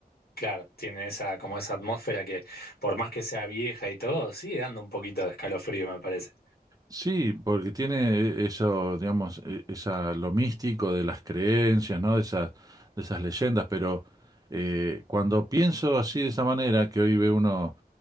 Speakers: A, on the left; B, on the right.
A: Claro, tiene esa, como esa atmósfera que, por más que sea vieja y todo, sigue dando un poquito de escalofrío, me parece.
B: Sí, porque tiene eso, digamos, e- esa, lo místico de las creencias, ¿no? De esas, de esas leyendas, pero eh, cuando pienso así de esa manera, que hoy ve uno